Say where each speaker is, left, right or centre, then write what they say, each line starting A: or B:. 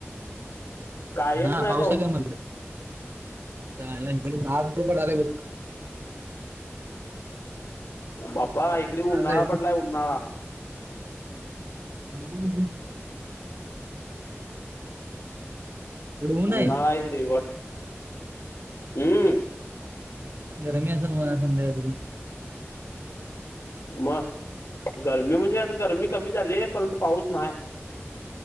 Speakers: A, on the left; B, on the right.
A: कायच
B: हा
A: नाही
B: पावसा
A: पाऊस
B: काय मगडेकडे सातू पड आहे बघ
A: बा्बा इकडे उन्हाळा
B: आज आहे
A: पडलाय उन्हाळा
B: ह ऊन आहे
A: नायकडे वाट हम्म
B: गरमी असेल मझ्या संध्याका
A: मग गरमी म्हणजे आता गरमी कमी झालीय परंतु पाऊस नाही